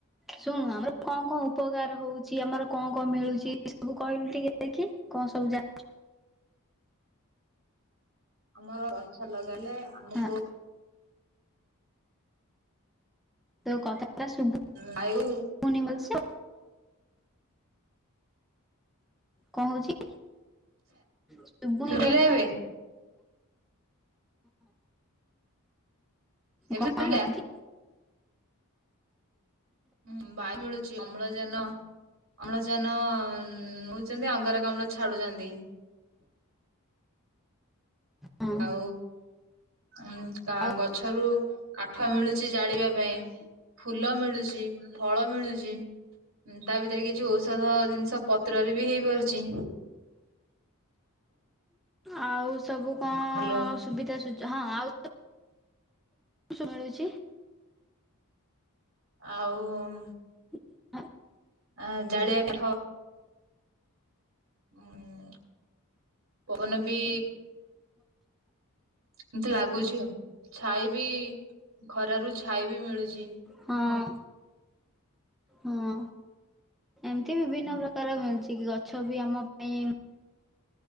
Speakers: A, in the centre; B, on the right.
A: ଶୁଣୁ ଆମର କଣ କଣ ଉପକାର ହଉଛି ଆମର କଣ କଣ ମିଳୁଛି ସବୁ କହିଲୁ ଟିକେ ଦେଖି। କଣ ସବୁ ଯା
B: ଆମର ଅଛ ଲଗାଇଲେ ଆମକୁ
A: ହଁ ତୋ କଥା ତ ଶୁଣୁନି
B: ବାୟୁ
A: ଭଲସେ। କଣ ହଉଛି ସୁବୁନିଲୋ
B: ଶୁଭିଲା ଏବେ ଏବେ
A: କଣ
B: ଶୁବିଲା।
A: ହଉଛି
B: ହୁଁ ବାୟୁ ମିଳୁଛି ଅମ୍ଳଜାନ ଅମ୍ଳଜାନ ଦଉଛନ୍ତି ଅଙ୍ଗରକାମ୍ଳ ଛାଡୁଛନ୍ତି।
A: ହଁ
B: ଆଉ। ଉଁ
A: ଆଉ
B: ଗଛରୁ କାଠ ମିଳୁଛି ଜାଳିବା ପାଇଁ। ଫୁଲ ମିଳୁଛି ଫଳ ମିଳୁଛି। ତା ଭିତରେ କିଛି ଔଷଧ ଜିନିଷ ପତ୍ରରେ ବି ହେଇ ପାରୁଚି।
A: ଆଉ ସବୁ କଣ
B: ହ୍ୟାଲୋ
A: ସୁବିଧା ସୁଜ ହଁ ଆଉ <unintelligible>
B: ଆଉ।
A: <inaudible>
B: ଆ ଜାଳିବା କାଠ। ଉଁ ପବନ ବି। ଏମିତି ଲାଗୁଛି ଆଉ ଛାଇ ବି ଖରାରୁ ଛାଇ ବି ମିଳୁଛି।
A: ହଁ। ହଁ ଏମିତି ବିଭିନ୍ନ ପ୍ରକାର
B: ହଁ
A: ମିଳୁଛି କି ଗଛ ବି ଆମ ପାଇଁ